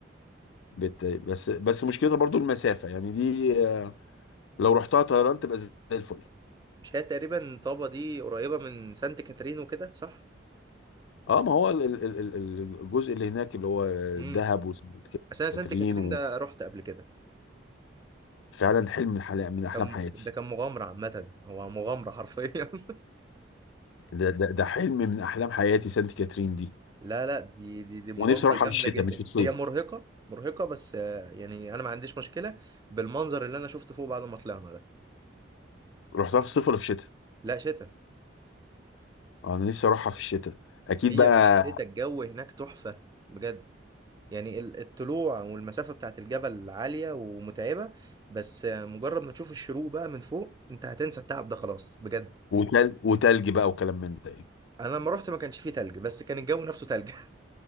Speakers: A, on the left; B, on the right.
A: بت بس بس مشكلتها برضه المسافه يعني دي آه، لو رحتها طيران تبقى زي الفل
B: مش هي تقريبا طابة دي قريبة من سانت كاترين وكده صح؟
A: اه ما هو ال- ال- ال- ال- الجزء اللي هناك اللي هو
B: امم
A: دهب وسانت
B: بس انا سانت
A: كاترين
B: كاترين ده رحت قبل كده
A: وفعلا حلم من حلا- من احلام
B: كان
A: حياتي
B: ده كان مغامرة عامة هو مغامرة حرفيا <laughs>
A: ده ده ده حلم من احلام حياتي سانت كاترين دي
B: لا لا دي دي دي مغامرة
A: ونفسي اروحها
B: جامدة
A: في الشتاء
B: جدا
A: مش في الصيف
B: هي مرهقة مرهقة بس آه، يعني انا ما عنديش مشكلة بالمنظر اللي انا شفته فوق بعد ما طلعنا ده
A: رحتها في الصيف ولا في الشتاء
B: لا شتاء
A: آه، انا نفسي اروحها في الشتاء اكيد
B: هي
A: بقى
B: في الشتاء الجو هناك تحفة بجد يعني ال- الطلوع والمسافة بتاعت الجبل عالية ومتعبة بس آه، مجرد ما تشوف الشروق بقى من فوق انت هتنسى التعب ده خلاص بجد
A: وتل... وتلج بقى وكلام من ده يعني
B: انا لما رحت ما كانش فيه تلج بس كان الجو نفسه تلج